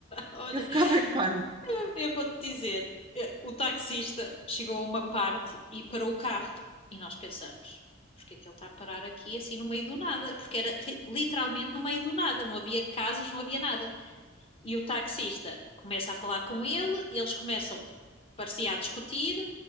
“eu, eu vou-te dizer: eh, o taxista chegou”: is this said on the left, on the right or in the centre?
Left